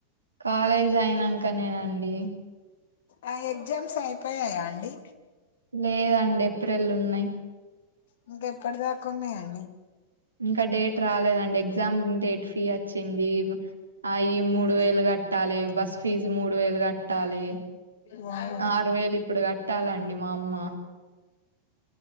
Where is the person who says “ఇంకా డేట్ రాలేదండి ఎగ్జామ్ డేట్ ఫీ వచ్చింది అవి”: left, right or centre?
Right